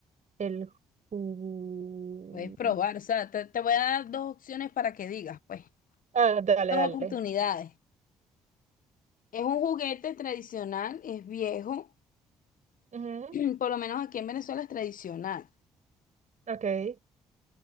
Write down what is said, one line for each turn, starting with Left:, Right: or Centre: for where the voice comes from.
Right: El ju...
Left: Puedes probar, o sea, te, te voy a dar dos opciones para que digas, pues.
Right: Ah, dale,
Left: Dos
Right: dale.
Left: oportunidades. Es un juguete tradicional, es viejo,
Right: Ujú,
Left: <clears throat> por lo menos aquí en Venezuela es tradicional.
Right: Ok.